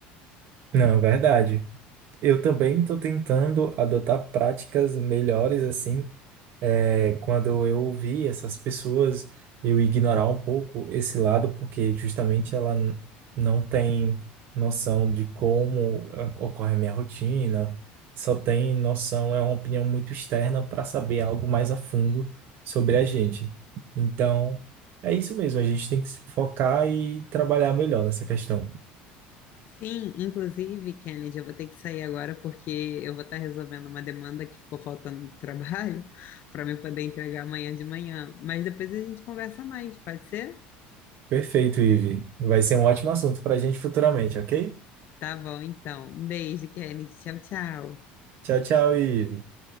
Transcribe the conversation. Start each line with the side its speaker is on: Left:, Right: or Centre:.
Right: Não, é verdade. Eu também estou tentando adotar práticas melhores, assim, É, quando eu ouvi essas pessoas, eu ignorar um pouco esse lado, porque justamente ela n- não tem noção de como ah, ocorre a minha rotina, só tem noção, é uma opinião muito externa para saber algo mais a fundo sobre a gente. Então, é isso mesmo, a gente tem que se focar e trabalhar melhor nessa questão.
Left: Sim, inclusive, Kennedy, eu vou ter que sair agora porque eu vou estar resolvendo uma demanda que ficou faltando no trabalho <laughs> para me poder entregar amanhã de manhã. Mas depois a gente conversa mais, pode ser?
Right: Perfeito, Ive. Vai ser um ótimo assunto para a gente futuramente, ok?
Left: Tá bom, então. Um beijo, Kennedy. Tchau, tchau.
Right: Tchau, tchau, Ive.